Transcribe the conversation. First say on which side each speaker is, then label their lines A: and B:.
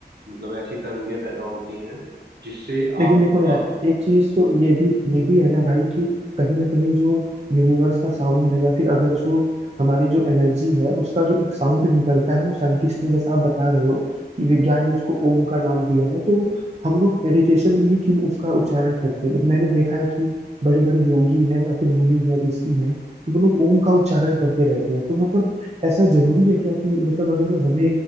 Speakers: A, on the right; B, on the right.
A: मतलब ऐसी तरंगे पैदा होती हैं जिससे आप
B: लेकिन देखो यार
A: अ,
B: एक चीज तो ये भी ये भी है ना भाई कि कहीं ना कहीं जो यूनिवर्स का साउंड है या फिर अगर जो हमारी जो एनर्जी है उसका जो एक साउंड निकलता है वो साइंटिस्ट ने जैसा आप बता रहे हो कि विज्ञान ने उसको ओम का नाम दिया है तो वो हम लोग मेडिटेशन में ही क्यों उसका उच्चारण करते हैं मैंने देखा है कि बड़े बड़े योगी हैं या फिर मुनि हैं ऋषि हैं वो लोग ओम का उच्चारण करते रहते हैं तो मतलब ऐसा जरूरी है क्या कि मतलब अगर हमें